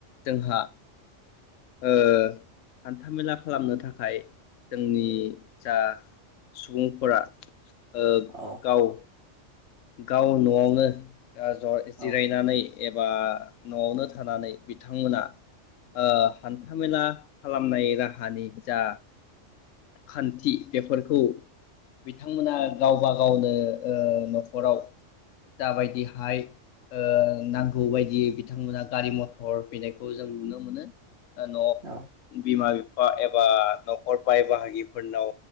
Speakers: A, on the left (about 90°); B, on the right (about 60°).
A: जोंहा ओ हान्थामेला खालामनो थाखाय जोंनि जा सुबुंफोरा ओ
B: औ
A: गाव गाव नआवनो ज
B: औ
A: जिरायनानै एबा नआवनो थानानै बिथांमोना ओ हान्थामेला खालामनाय राहानि जा खान्थि बेफोरखौ बिथांमोना गावबा गावनो ओ न नखराव जाबायदिहाय ओ नांगौ बायदि बिथांमोना गारि मथर फैनायखौ जों नुनो मोनो। न'
B: औ
A: बिमा एबा नखर बाय बाहागिफोरनाव